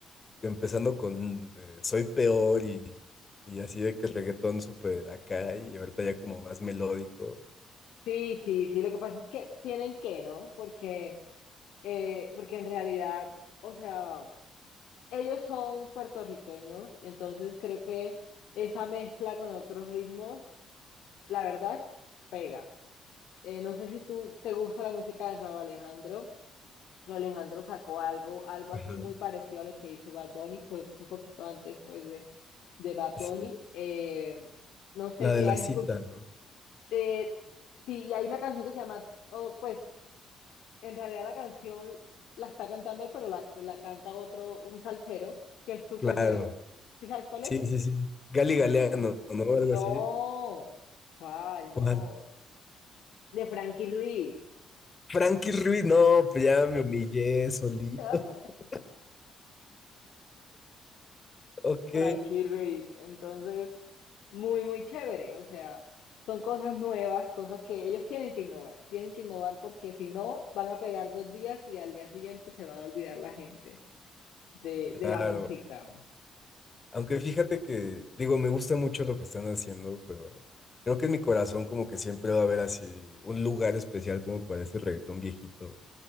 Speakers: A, on the left; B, on the left.
A: empezando con eh, Soy Peor y, y así de que reggaetón súper acá y ahorita ya como más melódico.
B: Sí, sí, sí, lo que pasa es que tienen que, ¿no? Porque, eh, porque en realidad, o sea, ellos son puertorriqueños, entonces creo que esa mezcla con otros ritmos, la verdad, pega. Eh, no sé si tú te gusta la música de Rauw Alejandro. Rauw Alejandro sacó algo, algo
A: Ajá,
B: así muy parecido a lo que hizo Bad Bunny, pues un poquito antes, pues, de, de Bad
A: sí.
B: Bunny. Eh, no sé
A: La
B: si
A: de la
B: has
A: cita,
B: escuchado.
A: ¿no?
B: Eh, sí, y hay una canción que se llama, o pues en realidad la canción la está cantando él, pero la, la canta otro, un salsero, que es Tú
A: Claro,
B: con él. ¿Sí sabes cuál
A: sí,
B: es?
A: sí, sí. Gali
B: Tú.
A: Galeano, ¿no? Algo
B: No.
A: así.
B: ¿Cuál?
A: ¿Cuál?
B: No. De Frankie Ruiz.
A: Frankie Ruiz, no, pues ya me humillé solito.
B: <laughs>
A: <laughs> Ok,
B: Frankie Ruiz. Entonces, muy, muy chévere. O sea, son cosas nuevas, cosas que ellos tienen que innovar. Tienen que innovar porque si no, van a pegar dos días y al día siguiente se va a olvidar la gente. de, de
A: claro.
B: la música.
A: Aunque fíjate que, digo, me gusta mucho lo que están haciendo, pero creo que en mi corazón como que siempre va a haber así un lugar especial como para ese reggaetón viejito.